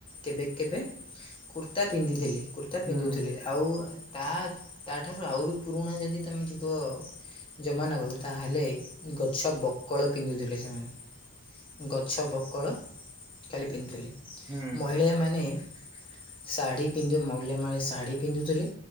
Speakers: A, on the left; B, on the right.
A: କେବେ କେବେ କୁର୍ତ୍ତା ପିନ୍ଧିଥିଲି କୁର୍ତ୍ତା
B: ହୁଁ
A: ପିନ୍ଧୁଥିଲେ
B: ହୁଁ
A: ଆଉ ତା ତାଠାରୁ ଆହୁରି ପୁରୁଣା ଯଦି ତମେ ଯିବ ଜମାନା କୁ ତାହେଲେ ଗଛ ବକଳ ପିନ୍ଧୁଥିଲେ ସେମାନେ। ଗଛ ବକଳ ଖାଲି ପିନ୍ଧୁଥିଲି
B: ହୁଁ ହୁଁ
A: ମହିଳାମାନେ ଶାଢ଼ୀ ପିନ୍ଧୁ ମହିଳାମାନେ ଶାଢ଼ୀ ପିନ୍ଧୁଥିଲେ